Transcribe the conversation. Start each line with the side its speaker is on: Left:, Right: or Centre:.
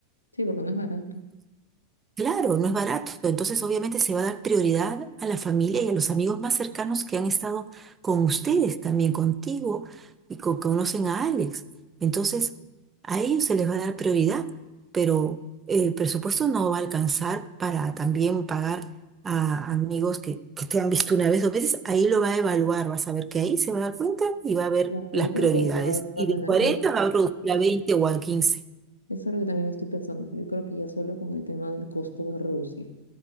Left: Sí, porque no es barato.
Right: Claro, no es barato. Entonces, obviamente, se va a dar prioridad a la familia y a los amigos más cercanos que han estado con ustedes, también contigo y con, conocen a Alex. Entonces, a ellos se les va a dar prioridad, pero el presupuesto no va a alcanzar para también pagar a amigos que, que te han visto una vez o veces. Ahí lo va a evaluar, vas a ver que ahí se va a dar cuenta y va a ver
Left: Claro,
Right: las
Left: yo creo
Right: prioridades.
Left: que ahí va,
Right: Y
Left: va a tener
Right: de 40
Left: que
Right: va a reducir a 20 o a quince.
Left: Eso es lo que también estoy pensando. Yo creo que ya solo con el tema del costo va a reducir.